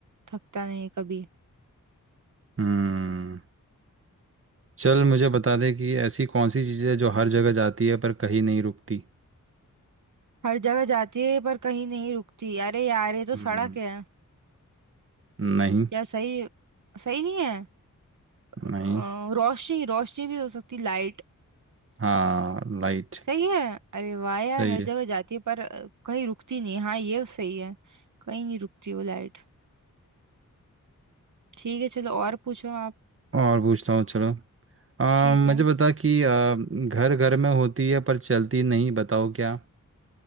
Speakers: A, on the right; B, on the right.
A: थकता नहीं कभी
B: हम्म चल मुझे बता दे कि ऐसी कौन सी चीज़ है जो हर जगह जाती है पर कहीं नहीं रुकती
A: हर जगह जाती है पर कहीं नहीं रुकती अरे यार ये तो
B: हम्म
A: सड़क है
B: नहीं
A: यार सही सही नहीं है अ,
B: नहीं
A: रोशनी रोशनी भी हो सकती लाइट
B: हाँ लाइट
A: सही है अरे वाह यार
B: सही
A: हर जगह
B: है
A: जाती है पर अ, कहीं रुकती नहीं हाँ ये सही है कहीं नहीं रुकती वो लाइट ठीक है चलो और पूछो आप
B: और पूछता हूँ चलो आ,
A: ठीक
B: मुझे
A: है
B: बता कि आ, घर घर में होती है पर चलती नहीं बताओ क्या